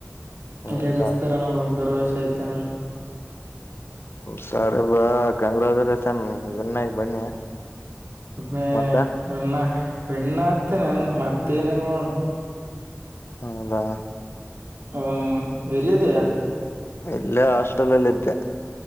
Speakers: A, on the left; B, on the right.
A: ಹೌದಾ
B: ಗೆಲ್ಸ್ತಾರ ಅನ್ನೋ ಒಂದ್ ಭರವಸೆ ಐತಿ ಅಣ್ಣ
A: ಸರಿ ಬ್ರೋ ಕಂಗ್ರಾಜುಲೇಷನ್ ವಿನ್ ಆಗಿ ಬನ್ನಿ
B: <unintelligible>
A: ಮತ್ತೆ
B: ವಿನ್ ವಿನ್ ಆಗ್ತೇನೀ ವಿನ್ ಮತ್ತೇನಿಲ್ಲಿ ನೋಡ್
A: ಹೌದಾ
B: ಹ ನ ಎಲ್ಲಿದಿಯ
A: ಇಲ್ಲೇ ಹಾಸ್ಟೆಲ್ಲ್ಲಿ ಇದ್ದೆ